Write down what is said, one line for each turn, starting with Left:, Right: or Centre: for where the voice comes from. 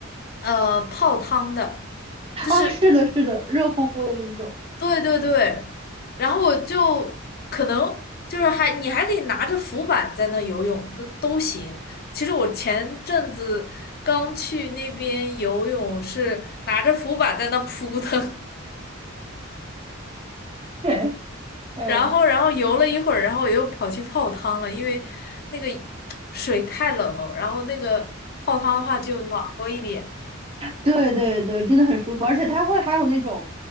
Left: 呃泡汤的，
Right: 啊，
Left: 就是
Right: 是的，是的，热乎乎的那种。
Left: 对对对，然后我就可能就是还你还可以拿着浮板在那游泳都都行。其实我前阵子刚去那边游泳是拿着浮板在那扑腾。
Right: <laughs> 对，嗯
Left: 然后，然后游了一会儿，然后我又跑去泡汤了，因为那个 <tsk> 水太冷了，然后那个泡汤的话就暖和一点。
Right: 对对对，真的很舒服，而且它会还有那种